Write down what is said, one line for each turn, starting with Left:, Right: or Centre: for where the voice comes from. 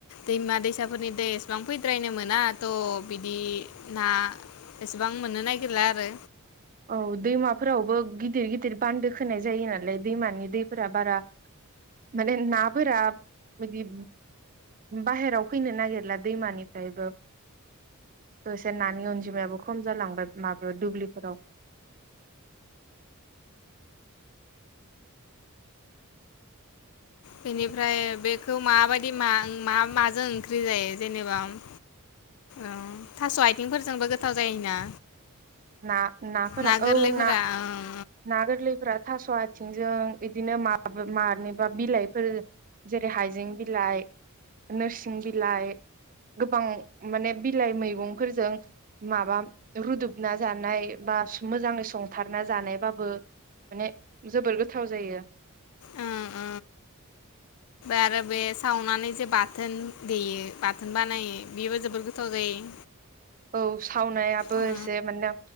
Left: दैमा दै सा फोरनि दै एसेबां फैद्रायनो मोनााथ बि दि ना एसेबां मोननो नागिरला आरो
Right: औ दैमाफोरावबो गिदिर गिदिर बान्दो खोनाय जायो नालाय दैमानि दैफोरा बारा माने नाफोरा बिदि बाहेराव फैनो नागिरला दैमानिफ्रायबो दसे नानि अनजिमायाबो खम जालांबाय माबायाव दुब्लिफोराव
Left: बेनिफ्राय बे खौ माबायदि मा मा मा? जों ओंख्रि जायो जेनेबा उम उम थास आइथिंफोरजोंबो गोथाव जायोना?
Right: ना नाफोरा
Left: ना गोरलैफोरा
Right: औ ना
Left: ओं
Right: ना गोरलैफोरा थास आ थिंजों इदिनो माबा मानिबा बिलाइफोर जेरै हाइजें बिलाइ, नोरसिं बिलाइ गोबां माने बिलाइ मैगंफोरजों माबा रुदब ना जानाय बा स-मोजाङै संथारना जानायबाबो माने जोबोर गोथाव जायो।
Left: ओं ओं आरो बे सावनानै जे बाथोन देयो बाथोन बानायो बेबो जोबोर गोथाव जायो।
Right: औ सावनायाबो
Left: उम
Right: एसे माने